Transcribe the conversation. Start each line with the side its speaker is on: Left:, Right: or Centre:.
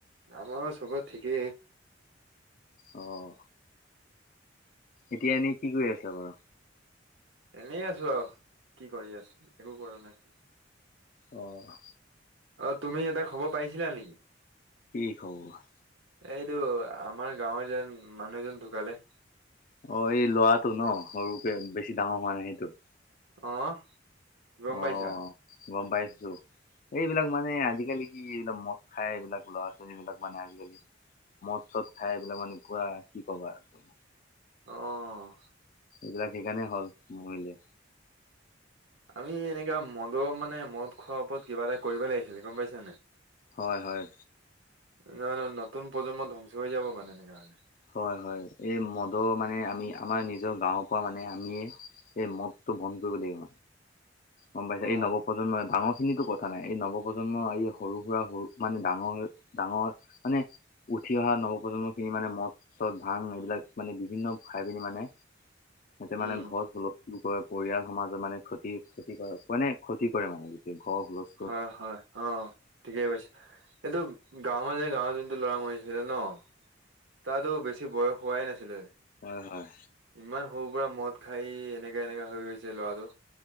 Right: আমাৰো চবৰে ঠিকেই।
Left: অ'। এতিয়া এনেই কি কৰি আছা বাৰু?
Right: এনেই আছো আৰু কি কৰি আছো একো কৰা নাই।
Left: অ'।
Right: অ' তুমি এটা খবৰ পাইছিলা নেকি?
Left: কি খবৰ বা?
Right: এইটো আমাৰ গাঁৱৰ যেন মানুহ এজন ঢুকালে।
Left: অ' এই ল'ৰাটো ন সৰুকে বেছি ডাঙৰ হোৱা নাই সেইটো
Right: অ' গম
Left: অ'
Right: পাইছা
Left: গ'ম পাইছো। এইবিলাক মানে আজিকালি কি এইবিলাক মদ খাই এইবিলাক ল'ৰা ছোৱালী বিলাক মানে আজিকালি মদ চদ খাই এইবিলাক মানে পুৰা কি ক'বা আৰু
Right: অ'
Left: এইবিলাক সেইকাৰণে হ'ল মৰিলে।
Right: আমি এনেকুৱা মদৰ মানে মদ খোৱাৰ ওপৰত কিবা এটা কৰিব লাগিছিলে গ'ম পাইছনে নাই।
Left: হয়, হয়।
Right: নহয় নহয় নতুন প্ৰজন্ম ধ্বংস হৈ যাব মানে এনেকা হ'লে।
Left: হয়, হয় এই মদৰ মানে আমি আমাৰ নিজৰ গাঁৱৰ পৰা মানে আমিয়ে এই মদতটো বন্ধ কৰিব লাগিব গ'ম পাইছে,
Right: অ
Left: এই নৱপ্ৰজন্মই ডাঙৰ খিনিতো কথা থা নাই এই নৱপ্ৰজন্মৰ এই সৰু সুৰা সৰু মানে ডাঙৰ ডাঙৰ মানে উঠি অহা নৱপ্ৰজন্মখিনি মানে মদ চদ ভাং এইবিলাক মানে বিভিন্ন খাই পিনি মানে সিঁহতে
Right: উম
Left: মানে ঘৰত হুল স্থুল কৰে, পৰিয়াল সমাজৰ মানে ক্ষতি ক্ষতি কৰে মানে ক্ষতি কৰে মানে গোটেই ঘৰ হুলস্থ
Right: হয়, হয় অ' ঠিকেই কৈছে। এইটো গাওঁৰ মাজে গাওঁ যোন ল'ৰা মৰিছিলে ন' তাতো বেছি বয়স হোৱাই নাছিলে।
Left: হয়, হয়।
Right: ইমান সৰু পৰা মদ খাই এনেকা এনেকা হৈ গৈছে ল'ৰাটো